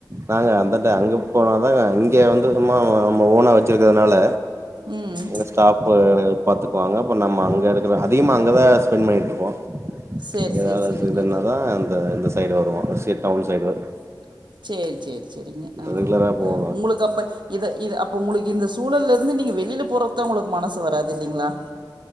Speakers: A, on the right; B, on the right.
A: நாங்க அந்தட்ட அங்க போனாதான்ங்க இங்க வந்து சும்மா நம்ம ஓனா வச்சிருக்கிறதுனால
B: ம்
A: எங்க ஸ்டாப்பு பாத்து வாங்க நம்ம அங்க இருக்கிற அதிகமாக அங்கதான் ஸ்பெண்ட் பண்ணிட்டு இருக்கோம்
B: சேரி
A: ஏதாவது
B: சேரி சேரிங்க
A: இதுன்னா அந்த இந்த சைடு வருவோ டவுன் சைடு வரும்
B: <unintelligible> சேர் சேர் செரிங்க ஆ
A: ரெகுலரா போவோ
B: உங்களுக்கு அப்போ இத இ அப்போ உங்களுக்கு இந்த சூழல்ல இருந்து நீங்க வெ வெளியில போறக்குதான் உங்களுக்கு மனசு வராது இல்லிங்களா